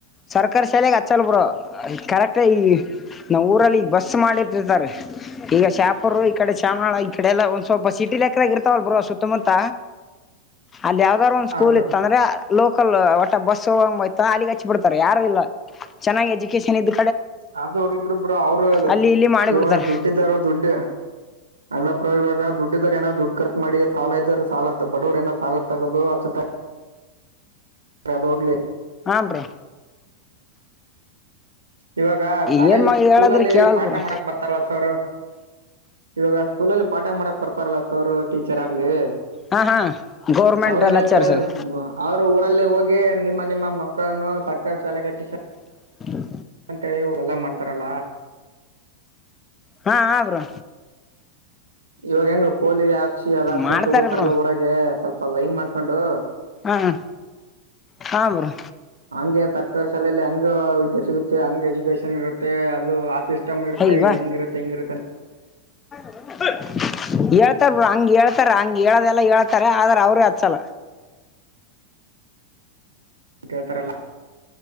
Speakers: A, on the left; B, on the right.
A: ಸರ್ಕಾರಿ ಶಾಲೆೆಗೆ ಹಚ್ಚಲ್ ಬ್ರೋ ಕರೆಕ್ಟ ಈ. ನಾವ ಊರಲ್ಲಿ ಬಸ್ ಮಾಡಿಟ್ಟಿರ್ತಾರೆ ಈಗ ಶಾಹಪೂರ್ ಈ ಕಡೆ ಚಾಮನಾಳ ಆಯತು. ಈ ಕಡೆ ಎಲ್ಲ ಒಂದ್ ಸ್ವಲ್ಪ ಸಿಟಿ ಲೆಕ್ಕದಾಗ್ ಇರ್ತಾವಲ್ ಬ್ರೋ ಸುತ್ತಮುತ್ತ. ಅಲ್ಲಿ ಯಾವ್ದಾರು ಒಂದು ಸ್ಕೂಲ್
B: ಬ್ರೋ
A: ಇತ್ತಂದ್ರೆ. <unintelligible> ಲೋಕಲ್ ಒಟ್ಟ ಬಸ್ ಹೋಗಂಗೈತೋ ಅಲ್ಲಿಗ್ ಹಚ್ಚಿ ಬಿಡ್ತಾರ ಯಾರು ಇಲ್ಲ ಚೆನ್ನಾಗ್ ಎಜುಕೇಶನ್ ಇದ.
B: ಆದು ಹೋಗಿ ಬಿಡು ಬ್ರೋ ಅವ್ರಿಗ್ ಅದು
A: ಅಲ್ಲಿ ಇಲ್ಲಿ ಮಾಡಿಬಿಡ್ತಾರೆ
B: ಇವಾಗ ದುಡ್ಡಿದ್ದವ್ರ್ ದುಡ್ಡು. ಅಲ್ಲ ಬ್ರೋ. ಬ್ರೋ ಇವಾಗ ದುಡ್ಡ ಇದ್ದಾವ್ರ್ ಏನೋ ದುಡ್ ಖರ್ಚ ಮಾಡಿ ಸಾಲ ಇದ್ದರು ಸಾಲ ತ್ ಬಡವ್ರ್ ಏನೋ ಸಾಲ ತಗದು ಆಚ್ಚ. ಅದೋಗ್ಲಿ.
A: ಹ್ಮ್ಮ್ ಬ್ರೋ.
B: ಇವಾಗ ಕಾಲೇಜ್
A: ಏನ್ ಮಾ
B: ಸ್ಕೂಲಲ್ಲಿ
A: ಹೇಳದ್ರಿ ಕೇಳಲ್
B: ಪಾಠ
A: ಬ್ರೋ
B: ಮಾಡಕ ಬರ್ತಾರಲ್ಲ ಸರ್. ಇವಾಗ ಸ್ಕೂಲಲ್ಲಿ ಪಾಠ ಮಾಡಕ್ ಬರ್ತಾರಲ್ಲ ಸರ ಟೀಚರಾಗ್ಲಿ.
A: ಹಾ ಹಾ ಗೌರ್ಮೆಂಟ್
B: ಅವ್ರೇನ್
A: ಲೆಕ್ಚರ್
B: ಹೇಳ್ತಾರೆ
A: ಸರ್
B: ಹ್ಮ್ಮ್ ಅವ್ರು ಊರಲ್ಲಿ ಹೋಗಿ ನಿಮ್ಮ ನಿಮ್ಮ. ಮಕ್ಕಳನ್ನು ಸರ್ಕಾರಿ ಶಾಲೆಗಚ್ಚಿ ಶಾ.
A: <inaudible>
B: ಅಂತೇಳಿ ಇವಗೆಲ್ಲ ಮಾಡ್ತರಲ್ಲ.
A: ಹಹ್ಮ್ಮ್ ಬ್ರೋ.
B: ಇವಾಗ ಹೆಂಗ್ ಪೋಲಿಯೋ ಹಾಕಸಿ ಅದಾಕ್ಷಿ
A: ಮಾಡ್ತಾರೆ
B: ಅಂತ ಓತರಲ್ಲ
A: ಬ್ರೋ
B: ಊರಗೆ ಸ್ವಲ್ಪ ಲೈನ್ ಮಾಡ್ಕೊಂಡು.
A: ಹ್ಮ್ಮ್ ಹ್ಮ್ಮ್ ಬ್ರೋ.
B: ಹಂಗೆ ಸರ್ಕಾರಿ ಶಾಲೆಯಲ್ಲಿ ಹಂಗ ವಿದ್ಯಾರ್ಥ. ಸಿಗುತ್ತೆ ಹಂಗ್ ಎಜುಕೇಶನ್ ಇರುತ್ತೆ ಅದು ಆ ಸಿಸ್ಟಮ್ ಇರುತ್ತೆ
A: ಅಯ್ವಾ
B: ಹಂಗಿರುತ್ತೆ ಹೆಂಗಿರುತ್ತೆ ಅಂತ್
A: <unintelligible> ಹೇಳ್ತಾರ ಬ್ರೋ ಹಂಗೇಳ್ತಾರ ಹಂಗ್ ಹೇಳದೆಲ್ಲ ಹೇಳ್ತಾರೆ ಆದ್ರ ಅವ್ರೆ ಅಚ್ಚಲ.
B: <inaudible> ಗೇಳ್ತಾರಲ್ಲ